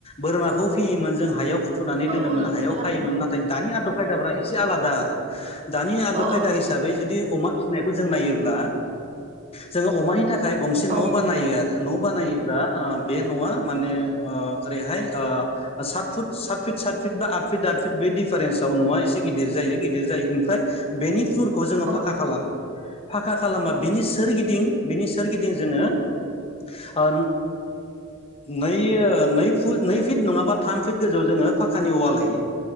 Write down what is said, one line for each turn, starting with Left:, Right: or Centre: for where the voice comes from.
Left: बोरमाखौ फियोमोन जों हायाव फुथुनानै
Right: औ
Left: दोनोमोन
Right: औ नोंथां
Left: हायाव
Right: थारैनो
Left: खायोमोन नाथाय दानि आदब खायदाफ्रा एसे आलादा आरो दानि आदब
Right: औ
Left: खायदा
Right: औ
Left: हिसाबै जुदि अमा फिसिनायखौ जों नायोब्ला जोङो अमानि थाखाय गंसे
Right: औ
Left: न' बा नायो आरो न' बानायोबा बे न'आ माने ओ ओरैहाय ओ साथ फुत साथ फित साथ फित बा आथ फित आथ फिर बे डिफारेन्सआव नङा एसे गिदिर जायो गिदिर जायो ओफ्राय बेनि फुरखौ जोङो
Right: औ
Left: फाखा खालामो फाखा खालामा
Right: औ
Left: बिनि सोरगिदिं बिनि सोरगिदिं जोङो ओ ओ नै नै नै फिट नङाबा थाम फिट गोजौ फाखानि अवाल होयो